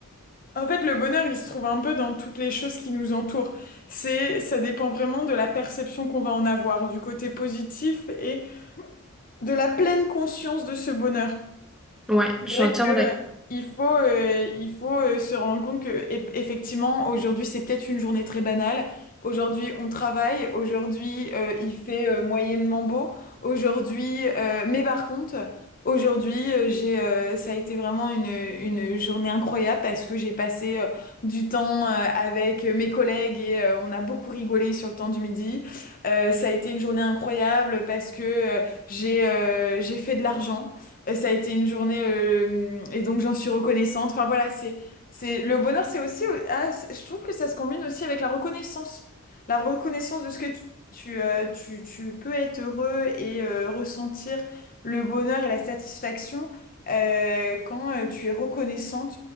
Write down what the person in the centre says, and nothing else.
ouais,
je
suis entièrement
d'accord.